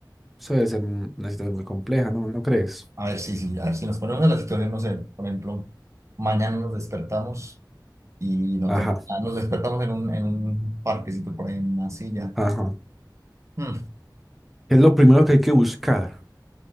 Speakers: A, in the centre; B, on the right.
A: eso debe ser un- una situación muy compleja, ¿no? ¿No crees?
B: A ver sí sí, a ver si nos ponemos en la situación, no sé, por ejemplo, mañana nos despertamos y no
A: Ajá,
B: ten- ah, nos despertamos en un, en un parquecito por ahí, en una silla.
A: ajá.
B: Mm,
A: Es lo primero que hay que buscar.